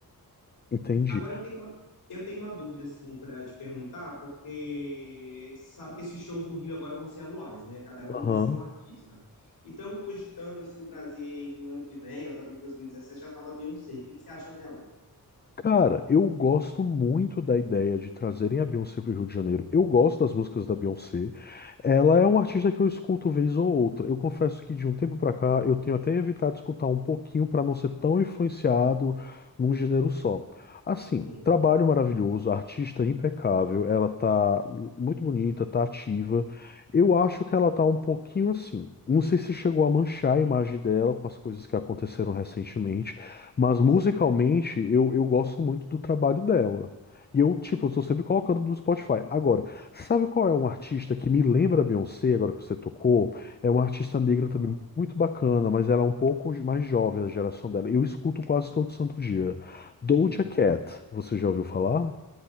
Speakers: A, on the left; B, on the left.
A: Entendi.
B: Agora eu tenho uma, eu tenho uma dúvida assim para te perguntar, porque sabe que esses shows no Rio agora vão ser anuais, né? Cada ano
A: Aham.
B: vai ser um artista. Então cogitando assim trazer no ano que vem, ou talvez em 2017 a tal da Beyoncé. O que que você acha dela?
A: Cara, eu gosto muito da ideia de trazerem a Beyoncé pro Rio de Janeiro. Eu gosto das músicas da Beyoncé. Ela é uma artista que eu escuto vez ou outra. Eu confesso que de um tempo pra cá eu tenho até evitado escutar um pouquinho pra não ser tão influenciado num gênero só. Assim,
B: Uhum.
A: trabalho maravilhoso, artista impecável, ela tá muito bonita, tá ativa. Eu acho que ela tá um pouquinho assim. Não sei se chegou a manchar a imagem dela com as coisas que aconteceram recentemente. Mas
B: Isso.
A: musicalmente, eu, eu gosto muito do trabalho dela. E eu, tipo, estou sempre colocando no Spotify. Agora, sabe qual é um artista que me lembra a Beyoncé, agora que você tocou? É uma artista negra também
B: Ah,
A: muito bacana, mas ela é um pouco mais jovem da geração dela. Eu escuto quase todo santo dia. Doja
B: Sim.
A: Cat, você já ouviu falar?